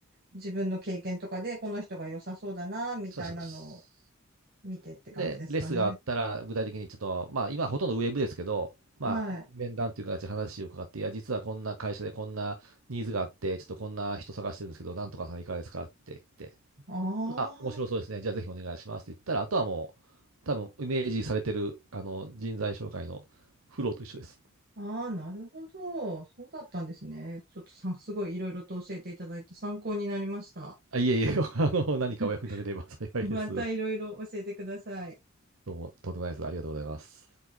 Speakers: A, on the right (about 50°); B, on the right (about 80°).
A: 自分の経験とかで、この人が良さそうだな、みたいなのを
B: そうです。
A: 見てって感じですかね。
B: で、レッスンがあったら、具体的にちょっと、まあ、今ほとんどウェブですけど、
A: はい。
B: まあ、面談という形で話を伺って、いや、実はこんな会社でこんなニーズがあって、ちょっとこんな人探してるんですけど、なんとかさんいかがですかって言って、
A: ああ、
B: あ、面白そうですね。じゃあぜひお願いしますって言ったら、あとはもう、多分イメージされてる、あの、人材紹介のフローと一緒です。
A: ああ、なるほど。そうだったんですね。ちょっとさ、すごいいろいろと教えていただいて参考になりました。
B: あ、いえいえ、<laughs> あの、
A: <laughs>
B: 何かお役に立てれば幸いです。
A: またいろいろ教えてください。
B: どうも、とんでもないです。ありがとうございます。